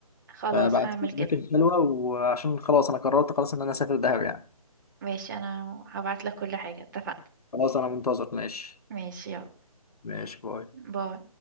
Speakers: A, on the right; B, on the left.
A: خلاص
B: فبعتي
A: هعمل
B: لي
A: كده
B: اماكن حلوة وعشان خلاص انا قررت خلاص ان انا اسافر دهب يعني
A: ماشي انا هبعت لك كل حاجة اتفقنا
B: خلاص انا منتظر ماشي
A: ماشي يلا
B: ماشي باي
A: باي